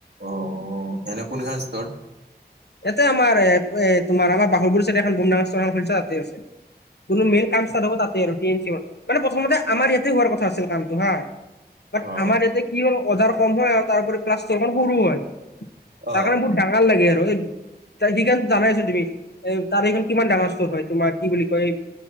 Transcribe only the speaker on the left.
ইয়াতে আমাৰ এ এ তোমাৰ আমাৰ বাগৰবোৰ চাই এখন বনখন খা তাতে আছে কোনো মেইন। কাম ষ্টাৰ্ট হব তাতে টীম মানে প্ৰথমতে আমাৰ ইয়াতে হোৱাৰ কথা আছিল কামটো হা। ব
আমাৰ ইয়ায়া কি হল অজাৰ কম হয় আৰু তাৰৰি প্লাখন সৰু হয় তাৰ
কাৰণে বহুত। ডাঙৰ লাগে, আৰু এই সেইকাৰণে জানাইছোন তুমি, এ তাত এইখন কিমান ডাঙৰ স্তৰ হয়, তোমাৰ কি বুলি কয় এই